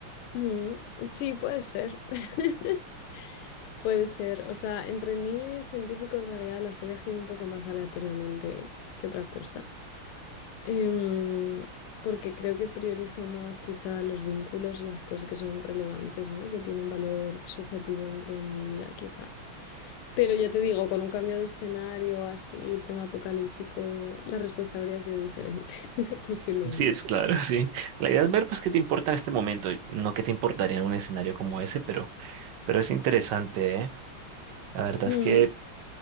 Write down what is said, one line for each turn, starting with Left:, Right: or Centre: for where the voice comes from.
Left: mm, Sí, puede ser. <laughs> Puede ser. O sea, entre el niño y el científico en realidad las he elegido un poco más aleatoriamente que otra cosa. Em, porque creo que priorizo más quizá los vínculos, las cosas que son relevantes, ¿no? Que tienen valor subjetivo dentro de mi vida, quizá. Pero ya te digo, con un cambio de escenario así, tema apocalíptico, la respuesta habría sido diferente, <laughs> posiblemente.
Right: Sí, es claro, <laughs> sí. La idea es ver, pues, qué te importa en este momento, y no qué te importaría en un escenario como ese, pero, pero es interesante, ¿eh? La verdad
Left: Mm,
Right: es que